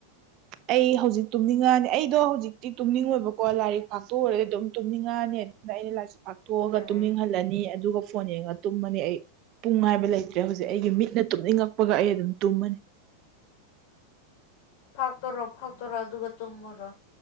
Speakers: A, on the right; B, on the left.
A: ꯑꯩꯗꯣ ꯍꯧꯖꯤꯛ ꯇꯨꯝꯅꯤꯡꯉꯥꯅꯤ ꯑꯩꯗꯣ ꯍꯧꯖꯤꯛꯇꯤ ꯇꯨꯝꯅꯤꯡꯉꯣꯏꯕꯀꯣ ꯂꯥꯏꯔꯤꯛ ꯐꯥꯛꯇꯣꯛꯎꯔꯗꯤ ꯑꯗꯨꯝ ꯇꯨꯝꯅꯤꯡꯉꯥꯅꯤ ꯑꯗ ꯑꯩꯅ ꯂꯥꯏꯔꯤꯁꯤ ꯄꯥꯛꯊꯣꯛꯑꯒ
B: ꯎꯝ
A: ꯇꯨꯝꯅꯤꯡꯍꯜꯂꯅꯤ ꯑꯗꯨꯒ ꯐꯣꯟ ꯌꯦꯡꯉꯒ ꯇꯨꯝꯃꯅꯤ ꯑꯩ ꯄꯨꯡ ꯉꯥꯏꯕ ꯂꯩꯇ꯭ꯔꯦ ꯍꯧꯖꯤꯛ ꯑꯩꯒꯤ ꯃꯤꯠꯅ ꯇꯨꯝꯅꯤꯡꯉꯛꯄꯒ ꯑꯩ ꯑꯗꯨꯝ ꯇꯨꯝꯃꯅꯤ
B: ꯐꯥꯛꯇꯣꯔꯣ ꯐꯥꯛꯇꯣꯔꯣ ꯑꯗꯨꯒ ꯇꯨꯝꯃꯨꯔꯣ